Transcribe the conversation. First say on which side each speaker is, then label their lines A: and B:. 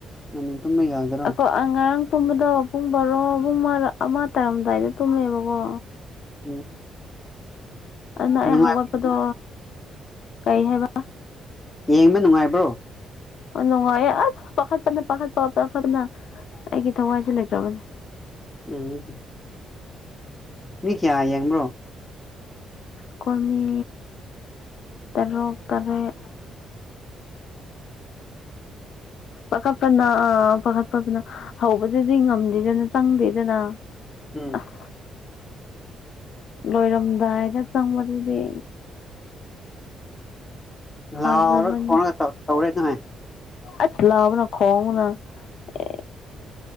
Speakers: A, on the left; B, on the left.
A: ꯉꯟꯅ ꯇꯨꯝꯕ ꯌꯥꯗ꯭ꯔꯣ
B: ꯑꯈꯣꯏ ꯑꯉꯥꯡ ꯇꯨꯝꯕꯗꯣ ꯄꯨꯡ ꯕꯥꯔꯣ ꯑꯍꯨꯝꯃ ꯑꯃ ꯇꯥꯔꯝꯗꯥꯏꯗ ꯇꯨꯝꯃꯦꯕꯀꯣ
A: ꯎꯝ
B: ꯑꯃ
A: ꯅꯨꯡꯉꯥꯏ
B: ꯍꯧꯒꯠꯄꯗꯣ ꯀꯩ ꯍꯥꯏꯕ
A: ꯌꯦꯡꯕ ꯅꯨꯡꯉꯥꯏꯕ꯭ꯔꯣ
B: ꯌꯥꯝ ꯅꯨꯡꯉꯥꯢꯌꯦ ꯑꯁ ꯄꯥꯈꯠ ꯄꯅ ꯄꯥꯈꯠꯄ ꯄꯈꯠꯅ ꯑꯩꯒꯤ ꯊꯋꯥꯢꯁꯨ ꯂꯩꯇ꯭ꯔꯕꯅꯤ
A: ꯎꯝ ꯃꯤ ꯀꯌꯥ ꯌꯦꯡꯕ꯭ꯔꯣ
B: ꯈꯣꯢꯃꯤ ꯇꯔꯨꯛ ꯇꯔꯦꯠ ꯄꯥꯈꯠꯄꯅ ꯄꯥꯈꯠꯄꯅ ꯍꯧꯕꯗꯗꯤ ꯉꯝꯗꯦꯗꯅ ꯆꯪꯗꯦꯗꯅ
A: ꯎꯝ
B: ꯑꯁ ꯂꯣꯏꯔꯝꯗꯥꯏꯗ ꯆꯪꯕꯗꯨꯗꯤ ꯐꯖꯕꯅꯤ
A: ꯂꯥꯎꯔ ꯈꯣꯡꯉꯒ ꯇꯧꯔꯛ ꯇꯧꯔꯛꯏꯅꯦ
B: ꯑꯁ ꯂꯥꯕꯅ ꯈꯣꯕꯅ ꯑꯦ